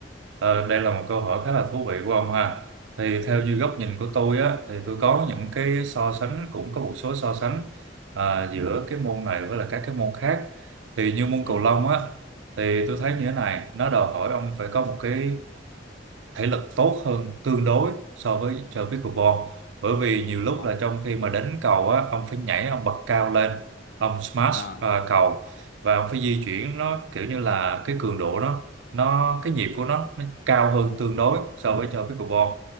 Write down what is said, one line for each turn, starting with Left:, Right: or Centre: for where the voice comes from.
Right: Ờ, đây là một câu hỏi khá là thú vị của ông ha. Thì theo như
Left: ừ
Right: góc nhìn của tôi á, thì tôi có những cái so sánh cũng có một số so sánh à, giữa cái môn này với là các cái môn khác. Thì như môn
Left: ừ
Right: cầu lông á, thì tôi thấy như thế này, nó đòi hỏi ông phải có một cái thể lực tốt hơn tương đối so với chơi pickleball bởi vì nhiều
Left: ờ,
Right: lúc là trong khi mà đánh cầu á ông phải nhảy ông bật cao lên ông smash
Left: ờ,
Right: à, cầu và ông phải di chuyển nó kiểu như là cái cường độ nó nó cái nhịp của nó nó cao hơn tương đối so với chơi pickleball